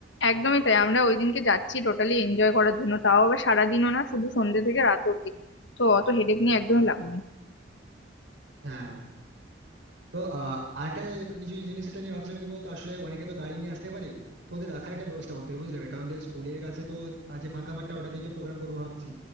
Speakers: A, on the left; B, on the right.
A: একদমই তাই আমরা ওই দিনকে যাচ্ছি টোটালি এনজয় করার জন্য তাও আবার সারাদিনও না শুধু সন্ধ্যে থেকে রাত অব্দি তো অত হেডেক নিয়ে একদমই লাভ নেই
B: হ্যাঁ তো আহ আরেকটা যে কিছু জিনিস এটা নিয়ে ভাবছিলাম কি বলতো আসলে অনেকে তো গাড়ি নিয়ে আসতে পারে তো ওদের রাখার একটা ব্যবস্থা করতে হবে বুঝলে ভাই? কারণ ওদের স্কুলের কাছে তো আহ, যে ফাঁকা মাঠটা ওটাতেই তো প্রোগ্রাম করবো ভাবছি